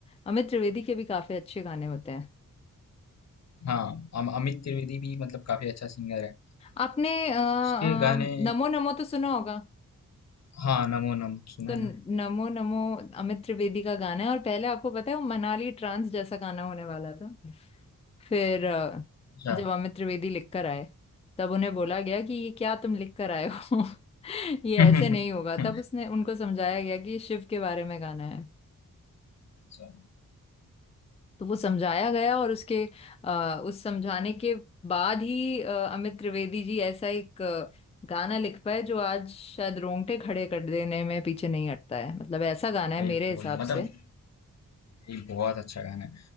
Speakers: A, on the left; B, on the left.
A: अमित त्रिवेदी के भी काफी अच्छे गाने होते हैं
B: हाँ अम- अमित त्रिवेदी भी मतलब काफी अच्छा सिंगर है
A: आपने अ, अ,
B: उसके गाने
A: नमो नमो तो सुना होगा
B: हाँ नमो नम सुना
A: तो
B: है ना
A: नमो नमो अमित त्रिवेदी का गाना है और पहले आपको पता है वो मनाली ट्रांस जैसा गाना होने वाला था फिर अ,
B: अच्छा
A: जब अमित त्रिवेदी लिख कर आए तब उन्हें बोला गया कि ये क्या तुम लिख कर आए हो <laughs> ये
B: <laughs>
A: ऐसे नहीं होगा तब उसने उनको समझाया गया कि ये शिव के बारे में गाना है
B: अच्छा
A: तो वो समझाया गया और उसके अ, उस समझाने के बाद ही अ, अमित त्रिवेदी जी ऐसा एक अ, गाना लिख पाए जो आज शायद रोंगटे खड़े कर देने में पीछे नहीं हटता है मतलब ऐसा गाना है
B: भाई
A: मेरे हिसाब
B: मतलब
A: से
B: ये बहुत अच्छा गाना है